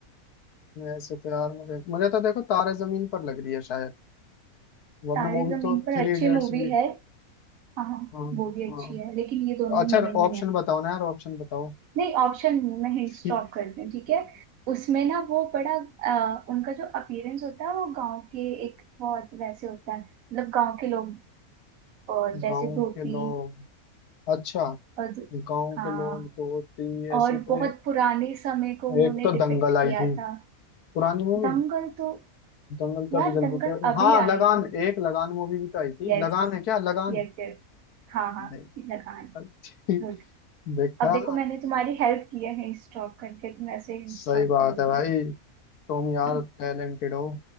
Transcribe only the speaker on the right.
तारे
जमीन
पर
अच्छी
मूवी
है हाँ हाँ,
वो भी
अच्छी है लेकिन ये दोनों
ही नहीं
है
नहीं ऑप्शन नहीं मैं हिंट स्टॉप
करती हूँ ठीक है उसमें ना वो बड़ा अ, उनका जो अपीयरेंस होता है वो गांव के एक बहुत वैसे होता है मतलब गांव के लोग अ, जैसे
धोती
और
हाँ
और
बहुत पुराने समय को उन्होंने
डिपिक्ट
किया
था
दंगल तो
यार
दंगल
अभी
आई थी
यस
Yes yes हाँ हाँ
लगान
गुड
अब देखो मैंने तुम्हारी हेल्प की है स्टॉप करके तुम ऐसे ही
स्टॉप
करोगे
हम्म